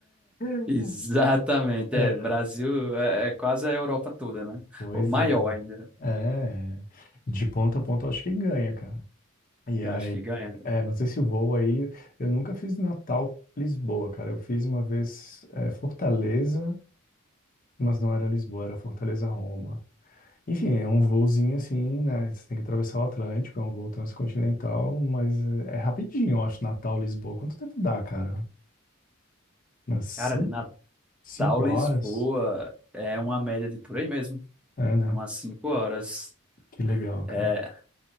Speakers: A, on the left (about 40°); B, in the centre.
A: <laughs>
B: Exatamente.
A: É,
B: É, Brasil é, é quase a Europa toda, né?
A: pois
B: Ou Maior
A: é.
B: ainda.
A: É, é. de ponta a ponta eu acho que ganha, cara. E
B: Eu
A: aí,
B: acho que ganha.
A: é, mas esse voo aí, eu nunca fiz Natal, Lisboa, cara. Eu fiz uma vez, é, Fortaleza, mas não era Lisboa, era Fortaleza, Roma. Enfim, é um voozinho assim, né? Você tem que atravessar o Atlântico, é um voo transcontinental, mas é é rapidinho, eu acho, Natal, Lisboa. Quanto tempo dá, cara? Umas cin-
B: Cara, de Natal,
A: cinco
B: Lisboa,
A: horas?
B: é uma média de por aí mesmo.
A: É, né?
B: É umas cinco horas.
A: Que legal, cara.
B: É,